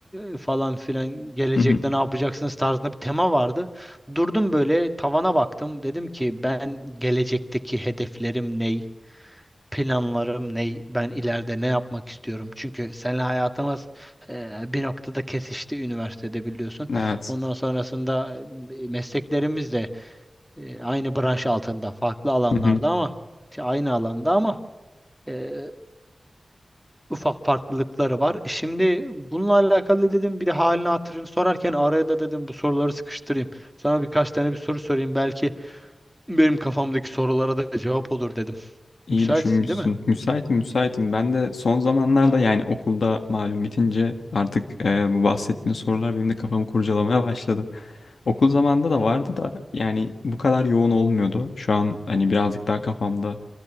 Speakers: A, in the centre; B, on the left.
A: e, falan filan gelecekte
B: Hı hı.
A: ne yapacaksınız tarzında bir tema vardı. Durdum böyle tavana baktım dedim ki ben gelecekteki hedeflerim ne? planlarım ne, ben ileride ne yapmak istiyorum. Çünkü seninle hayatımız e, bir noktada kesişti üniversitede biliyorsun.
B: Evet.
A: Ondan sonrasında e, mesleklerimiz de e, aynı branş altında, farklı alanlarda
B: Hı hı.
A: ama şey, aynı alanda ama e, ufak farklılıkları var. E, Şimdi bununla alakalı dedim bir de halini hatırını sorarken araya da dedim bu soruları sıkıştırayım. Sana birkaç tane bir soru sorayım belki benim kafamdaki sorulara da cevap olur dedim.
B: İyi
A: Müsaitsin
B: düşünmüşsün.
A: değil mi?
B: Müsaitim, müsaitim. Ben de son zamanlarda yani okulda malum bitince artık e, bu bahsettiğin sorular benim de kafamı kurcalamaya başladı. Okul zamanında da vardı da yani bu kadar yoğun olmuyordu. Şu an hani birazcık daha kafamda